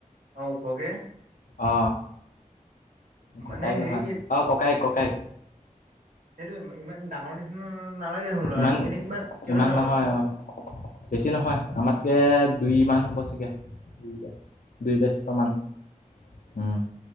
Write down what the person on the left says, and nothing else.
অ ককায়েক
নহয়, অ ককায়েক ককায়েক।
ইমান
ইমান
নহয় অ', বেছি নহয়, আমাতকে দুই মান চাগে, দু দুই বছটোমান, হম